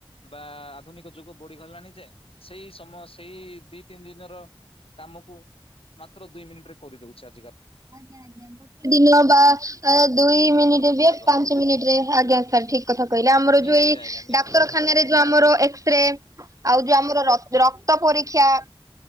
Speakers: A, on the left; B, on the right.
A: ବା ଆଧୁନିକ ଯୁଗ ବଢିଗଲାଣି ଯେ ସେଇ ସମୟ ସେଇ ଦି ତିନି ଦିନର କାମକୁ ମାତ୍ର ଦୁଇ ମିନିଟ ରେ କରିଦଉଛି ଆ
B: ଆ ଗୋଟେ ଦିନ ବା ଦୁଇ
A: ଯନ୍ତ୍ରପାତି
B: ମିନିଟ
A: ଯାକ
B: ପାଞ୍ଚ ମିନିଟରେ ଆଜଞା ସାର୍ ଠିକ କଥା କହିଲା ଆମର
A: ନିହାତି
B: ଯୋଉ ଏଇ
A: ଆଜ୍ଞା ନିହାତି
B: ଡାକ୍ତରଖାନାରେ
A: ନିହାତି
B: ଯୋଉ ଆମର ଏକ୍ସ ରେ ଆଉ ଯୋଉ ଆମର ରକ୍ତ ପରୀକ୍ଷା